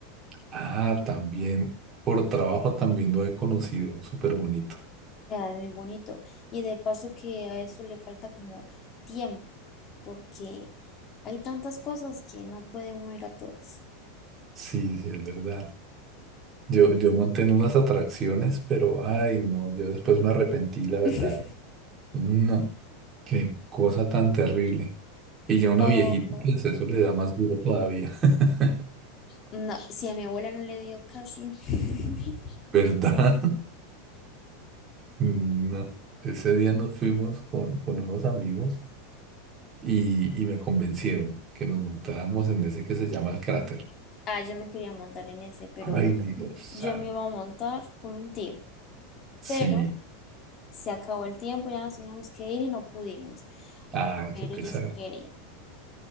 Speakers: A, on the right; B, on the left.
A: Ah, también, por trabajo también lo he conocido. Súper bonito.
B: ah es muy bonito. Y de paso que a eso le falta como tiempo, porque hay tantas cosas que no puede uno ir a todas.
A: Sí, sí, es verdad. Yo, yo monté en unas atracciones, pero ay, no, yo después me arrepentí, la verdad.
B: <laughs>
A: No, qué cosa tan terrible. Y ya uno
B: No,
A: viejito, pues eso le da más duro todavía. <laughs>
B: no, si a mi abuela no le dio casi. <laughs>
A: ¿Verdad? No. Ese día nos fuimos con, con unos amigos y, y me convencieron que nos montáramos en ese que se llama el cráter.
B: Ah, yo me quería montar en ese, pero
A: Ay, Dios santo.
B: yo me iba a montar con un tío.
A: Sí,
B: Pero se acabó el tiempo, ya nos teníamos que ir y no pudimos.
A: ay,
B: Pero
A: qué pesar.
B: yo sí quería.